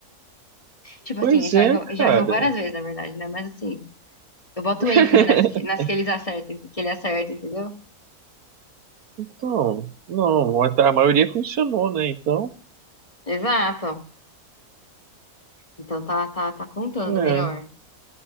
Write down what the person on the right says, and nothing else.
Pois
é,
cara.
<laughs>
Então, não, a a maioria funcionou, né? Então,
é,